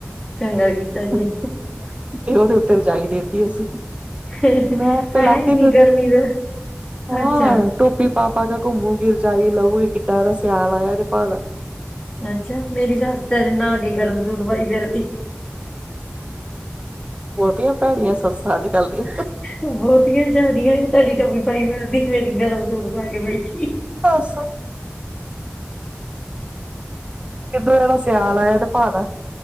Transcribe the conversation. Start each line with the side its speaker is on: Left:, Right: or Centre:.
Centre: ਚੰਗਾ ਕੀਤਾ ਜੇ
Right: ਤੇ ਉਹਦੇ ਉਤੇ ਰਜਾਈ ਦੇਤੀ, ਅਸੀ
Centre: ਹੈ
Right: ਮੈ ਲਾਦੀ
Centre: ਇੰਨੀ ਗਰਮੀ ਦੇ
Right: ਹਾਂ,
Centre: ਅੱਛਾ
Right: ਟੋਪੀ ਪਾ ਪਾ ਕੇ ਘੁੰਮੂ ਰਜਾਈ ਲਊਗੀ, ਕਿੱਡਾ ਇਹਦਾ ਸਿਆਲ ਆਇਆ ਨ ਭਾਅ ਦਾ
Centre: ਅੱਛਾ, ਮੇਰੀ ਸੱਸ ਨਹਾ ਕੇ ਗਰਮ ਸੂਟ ਪਾਈ ਫਿਰਤੀ
Right: ਬਹੁਤੀਆਂ ਭੈੜੀਆਂ ਸੱਸਾਂ ਜ ਚੱਲਦੀਆਂ
Centre: ਬਹੁਤੀਆ ਜਿਆਦੀਆਂ ਤੁਹਾਡੀ ਟੋਪੀ ਪਾਈਦੀ ਮੇਰੀ ਗਰਮ ਸੂਟ ਪਾ ਕੇ ਬੈਠੀ।
Right: ਦੱਸ ਕਿੱਧਰ ਇਹਦਾ ਸਿਆਲ ਆਇਆ, ਤੇ ਭਦਾ